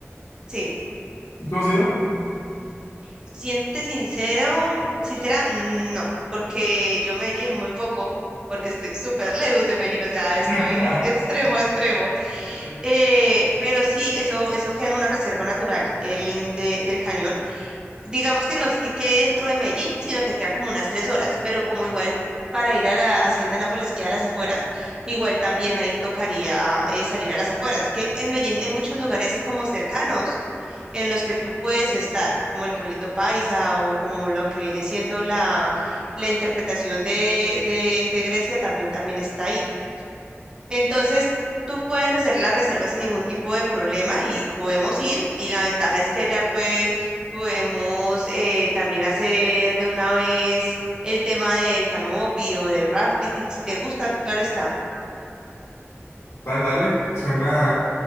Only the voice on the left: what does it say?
¿Y tú has ido?
<laughs>
Ok.
Dale, dale, suena,